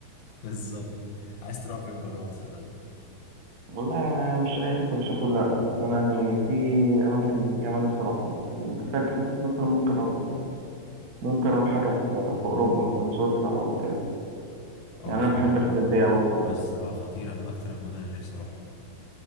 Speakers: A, on the left; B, on the right.
A: بالظبط عايز تروح فين بره مصر طيب
B: والله يعني مش أي حتة مش هتقول لأ بس أنا يعني في أماكن ياما نفسي أروحها بس محتاج حاسس مثلا ممكن أروح ممكن أروح حاجة في, في أوروبا مثلا سويسرا أو كده
A: اه
B: يعني
A: سمعت.
B: أنا بحب الحاجات دي أوي بصراحة
A: بص راها خطيرة من أكتر المدن اللي نفسي أروحها